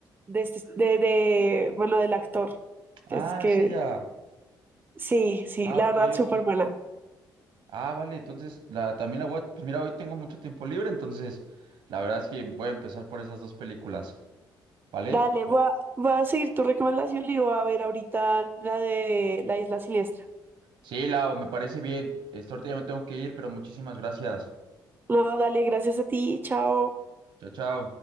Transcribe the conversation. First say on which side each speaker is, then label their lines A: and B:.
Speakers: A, on the right; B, on the right.
A: de, este- de, de, bueno, del actor.
B: Ah,
A: que Es que,
B: es ella.
A: sí, sí,
B: Ah,
A: la
B: ok,
A: verdad, súper
B: ok.
A: buena.
B: Ah, vale, entonces la, también la voy a... Pues mira, hoy tengo mucho tiempo libre, entonces la verdad es que voy a empezar por esas dos películas, ¿vale?
A: Dale,
B: O-
A: voy a, voy a seguir tu recomendación y voy a ver ahorita la de La Isla Siniestra.
B: Sí, Lau, me parece bien. Este, ahorita ya me tengo que ir, pero muchísimas gracias.
A: No, dale, gracias a ti, chao.
B: Chao, chao.